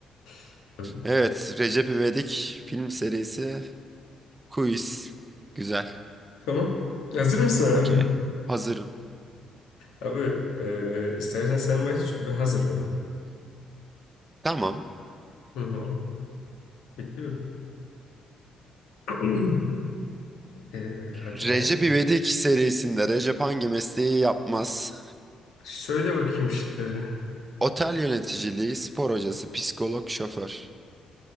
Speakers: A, on the left (about 90°); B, on the right (about 20°).
A: <laughs>
B: Evet Recep İvedik film serisi Quiz. Güzel.
A: Tamam. Hazır mısın abi?
B: Okey. Hazırım.
A: Abi e, istersen sen başla çünkü ben hazırladım.
B: Tamam.
A: Hı hı. Bekliyorum. <clears throat> E, hadi
B: Recep
A: lan.
B: İvedik serisinde Recep hangi mesleği yapmaz?
A: Söyle bakayım şıkları.
B: Otel yöneticiliği, spor hocası, psikolog, şoför.